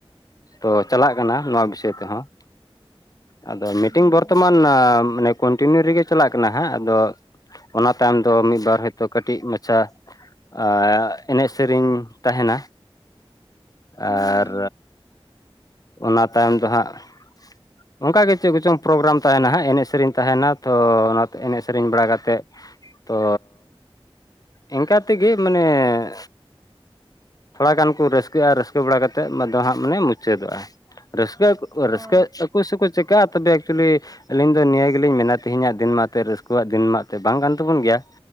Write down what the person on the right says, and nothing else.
ᱦᱩᱸ
ᱦᱩᱸ
ᱚ